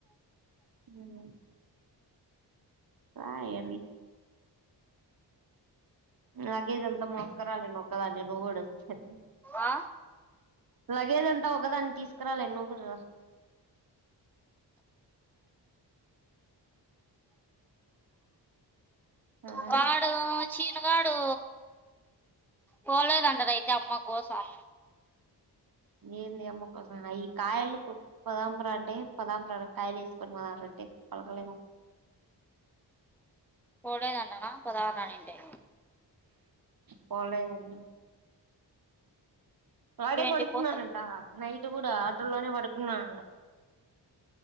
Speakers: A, on the right (about 50°); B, in the centre.
A: అ రాా ఏమి లగేజ్ అంత మాస్కోరాలే ను ఒకదాన్ని నువ్వు కూడా వచ్చి హెల్ప్ చేయి
B: ఆ
A: లగేజ్ ఎంతా ఒకదాన్ని తీసుకు రాలేను నువ్వు కూడా రా రా
B: పాడు చిన్నగాడు పోలేదంటాగా అయితే అమ్మ కోసం
A: ఏంది అమ్మకోసం ఈ కాయలు కు పదాం రా అంటే పదాం రారా కాయలు వేసుకొని పదాం రా అంటే పలకలే
B: పోలేడు అన్నడా పదాము అన్నింటే
A: పోలేదన్నాా వాడే
B: ఏంటి
A: పడుకున్నానంట
B: పోతా
A: నైట్ కూడా ఆటోలోనే పడుకున్నాన